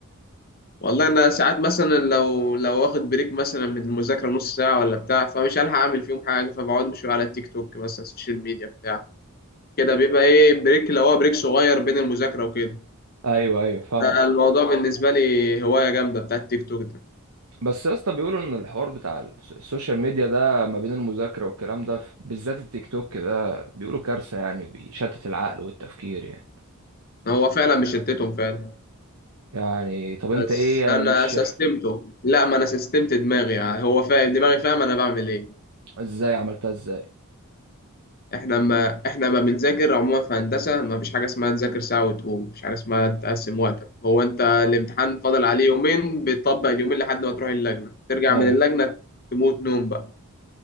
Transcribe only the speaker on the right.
ايوه ايوه فاهمه
بس يا اسطى بيقولوا ان الحوار بتاع الس- السوشيال ميديا ده ما بين المذاكره والكلام ده ف- بالذات التيك توك ده بيقولوا كارثه يعني وبيشتت العقل والتفكير يعني
يعني طب انت
ايه يعني
مش
<laughs> ازاي عملتها ازاي
ايوه